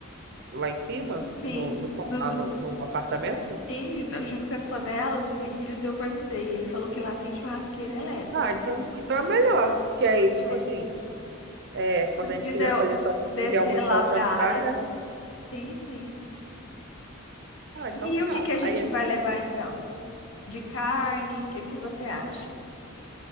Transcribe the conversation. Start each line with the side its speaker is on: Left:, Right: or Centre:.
Right: Lá em cima?
Left: Sim.
Right: No, no, qua-
Left: Nos,
Right: lá no, no apartamento?
Left: tem, ju- né, junto com as panelas, utensílios, eu perguntei. Ele falou que lá tem churrasqueira elétrica.
Right: Ah,
Left: Se
Right: então,
Left: ele quiser
Right: então
Left: também.
Right: é melhor. Que aí,
Left: Pois
Right: tipo
Left: é.
Right: assim. É, quando
Left: Precisa
Right: a gente quiser
Left: eu
Right: fazer só pra
Left: descer
Right: poder almoçar
Left: lá
Right: ou
Left: pra
Right: jantar,
Left: área,
Right: né?
Left: né? Sim, sim.
Right: Ah, então
Left: E
Right: tá.
Left: o que que a
Right: Aí
Left: gente
Right: ele,
Left: vai levar então? De carne, o que que você acha?